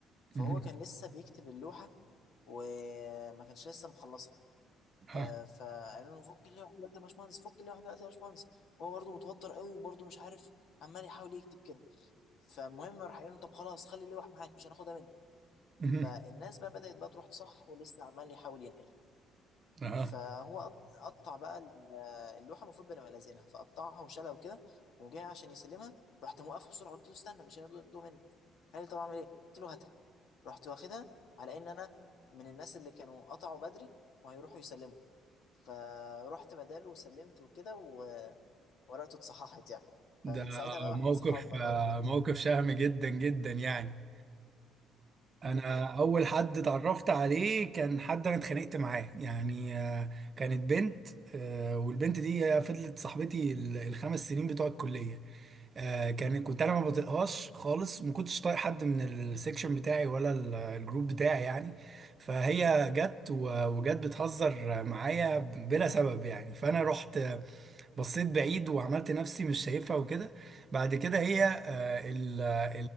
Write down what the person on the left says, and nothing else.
فهو
كان لسه بيكتب اللوحه وما كانش لسه مخلصها
آه فقالوا له فك اللوحه دلوقتي يا باشمهندس فك اللوحه دلوقتي يا باشمهندس هو برضه متوتر قوي وبرضه مش عارف عمال يحاول يكتب كده فالمهم راح قال له طب خلاص خلي اللوح معاك مش هناخدها منك
فالناس بقى بدأت بقى تروح تصحح ولسه عمال يحاول ينقل
فهو قط- قطع بقى ال- اللوحه المفروض بنبقى لازقينها فقطعها وشالها وكده وجاي عشان يسلمها رحت موقفه بسرعه قلت له استنى مش هيرضوا ياخدوها منك قال لي طب اعمل ايه؟ قلت له هاتها رحت واخدها على ان انا من الناس اللي كانوا قطعوا بدري وهيروحوا يسلموا فرحت بداله وسلمت وكده و- وورقته اتصححت يعني
فمن ساعتها بقى واحنا
اصحاب بقى لغايه
دلوقتي
مم.